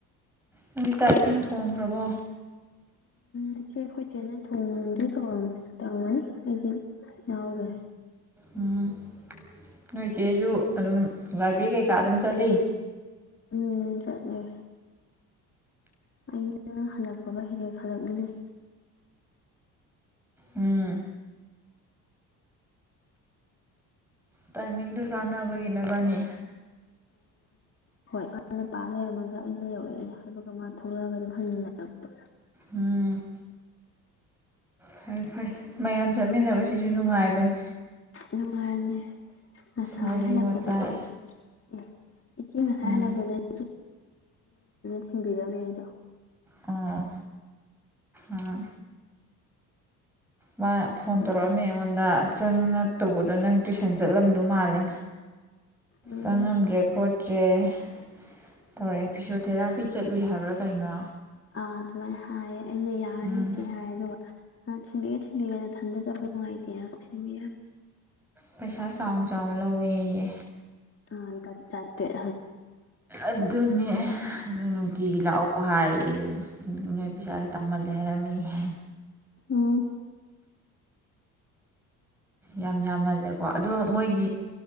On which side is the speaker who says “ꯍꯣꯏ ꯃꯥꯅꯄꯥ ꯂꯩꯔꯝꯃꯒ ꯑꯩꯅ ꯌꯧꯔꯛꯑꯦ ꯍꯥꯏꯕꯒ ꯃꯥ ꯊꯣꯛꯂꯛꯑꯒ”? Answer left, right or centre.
Left